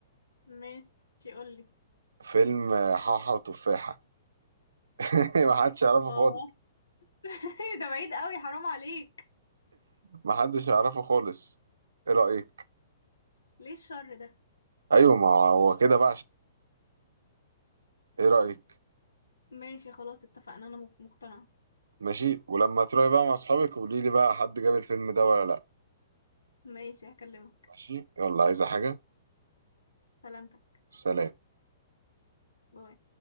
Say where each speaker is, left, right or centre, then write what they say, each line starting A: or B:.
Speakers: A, on the left; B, on the right.
A: ماشي قولي
B: فيلم حاحة وتفاحة <laughs> محدش يعرفه
A: اه
B: خالص
A: <laughs> ده بعيد قوي حرام عليك
B: محدش يعرفه خالص ايه رأيك
A: ليه الشر ده
B: ايوه ما هو كده بقى ايه رأيك
A: ماشي خلاص اتفقنا انا مق- مقتنعة
B: ماشي ولما تروحي بقى مع اصحابك قولي لي بقى حد جاب الفيلم ده ولا لا
A: ماشي هكلمك
B: ماشي يلا عايزة حاجة
A: سلامتك
B: سلام
A: باي